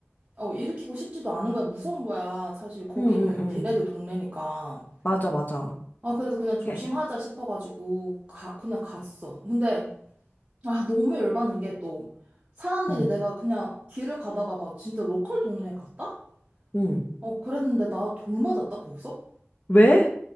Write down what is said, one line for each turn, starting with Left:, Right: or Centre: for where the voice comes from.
Right: 어, 일으키고 싶지도 않은 거야. 무서운 거야. 사실 거기는
Left: 응응응
Right: 걔네들 동네니까.
Left: 맞아 맞아
Right: 아, 그래도 그냥 조심하자
Left: 그
Right: 싶어가지고, 가, 그냥 갔어. 근데, 아, 너무 열받는 게 또, 사람들이
Left: 응.
Right: 내가 그냥 길을 가다가 막 진짜 로컬 동네에 갔다?
Left: 응.
Right: 어, 그랬는데 나 돌 맞았다, 거기서?
Left: 왜?